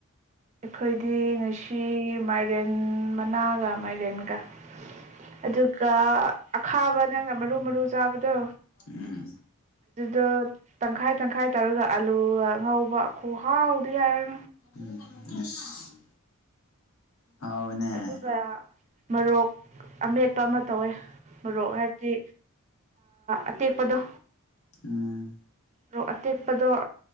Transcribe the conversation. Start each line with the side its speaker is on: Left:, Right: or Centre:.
Right: ꯑꯩꯈꯣꯏꯗꯤ ꯉꯁꯤ ꯃꯥꯏꯔꯦꯟ ꯃꯅꯥꯒ ꯃꯥꯏꯔꯦꯟꯒ ꯑꯗꯨꯒ ꯑꯈꯥꯕ ꯅꯪꯅ ꯃꯔꯨ ꯃꯔꯨ ꯆꯥꯕꯗꯣ
Left: ꯎꯝ
Right: ꯑꯗꯨꯗꯣ ꯇꯪꯈꯥꯏ ꯇꯪꯈꯥꯏ ꯇꯧꯔꯒ ꯑꯂꯨꯒ ꯉꯧ ꯕꯥ ꯈꯨꯍꯥꯎꯗꯤ ꯌꯥꯔ
Left: ꯎꯝ ꯑꯁ ꯍꯥꯎꯋꯦꯅꯦ
Right: ꯑꯗꯨꯒ ꯃꯔꯣꯔꯣꯛ ꯑꯃꯦꯠꯄ ꯑꯃ ꯇꯧꯋꯦ ꯃꯔꯣꯔꯣꯛ ꯍꯥꯏꯕꯗꯤ ꯑꯇꯦꯛꯄꯗꯣ
Left: ꯎꯝ
Right: ꯔꯣꯛ ꯑꯇꯦꯛ ꯄꯗꯣ